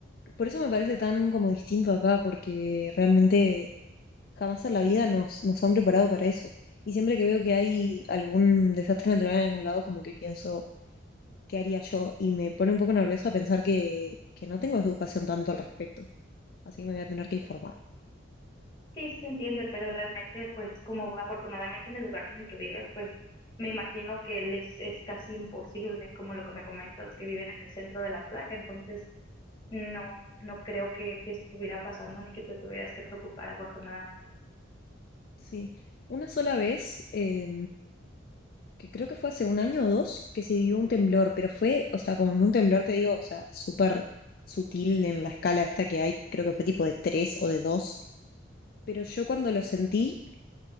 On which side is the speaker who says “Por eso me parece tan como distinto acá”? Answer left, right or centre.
Left